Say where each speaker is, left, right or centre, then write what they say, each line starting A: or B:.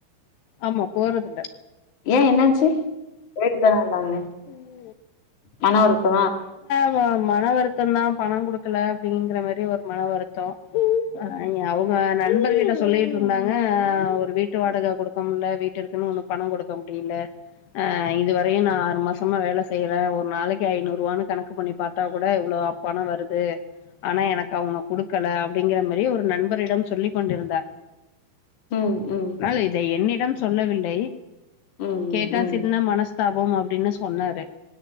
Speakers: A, on the left; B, on the left.
A: ஆமா போறதில்ல.
B: ஏ என்னாச்சு போயிட்டு தானருந்தாங்கண்ண
A: ம்.
B: மன வருத்தோ
A: ஆ மன வருத்தம் தா பணம் குடுக்கல அப்டிங்கிற மாரி ஒரு மன வருத்தோ அயி அவுங் க நண்பர்கிட்ட சொல்லிட்டு இருந்தாங்க ஒரு வீட்டு வாடக குடுக் க முல்ல வீட்டிற்குன்னு ஒன்னு பணோ குடுக்க முடியல ஆ இதுவரையு நா ஆறு மாசமா வேல செய்ற ஒரு நாளைக்கு ஐநூறுவான்னு கணக்கு பண்ணி பாத்தா கூட இவ்ளோ ஆ பணோ வருது ஆனா எனக்கு அவுங்க குடுக்கல அப்டிங்கிற மாரி ஒரு நண்பரிடம் சொல்லிக் கொண்டிருந்தார்
B: ம் ம்
A: ஆனால் இதை என்னிடம் சொல்லவில்லை
B: ம்,
A: கேட்டா
B: ம்,
A: சின்ன மனஸ்தாபம் அப்டின்னு சொன்னாரு